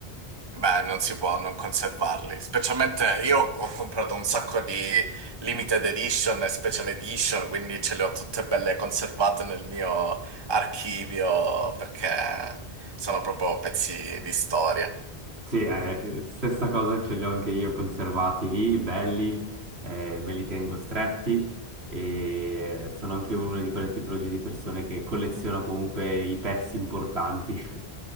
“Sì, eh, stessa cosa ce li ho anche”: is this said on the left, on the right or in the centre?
Right